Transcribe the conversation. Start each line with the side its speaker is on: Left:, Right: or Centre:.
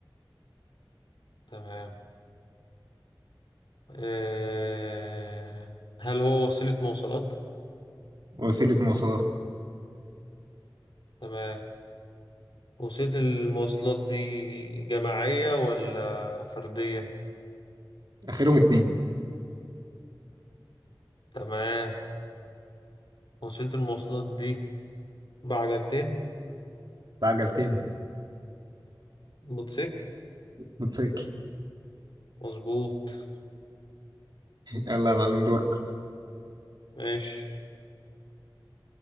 Left: تمام آه هل هو وسيلة مواصلات
Right: وسيله مواصلات
Left: تمام وسيلة المواصلات دي جماعية ولا فردية
Right: اخرهم اتنين
Left: تمام وسيلة المواصلات دي بعجلتين
Right: بعجلتين
Left: موتوسيكل
Right: موتوسيكل
Left: مظبوط
Right: يلا يا معلم دورك
Left: ماشي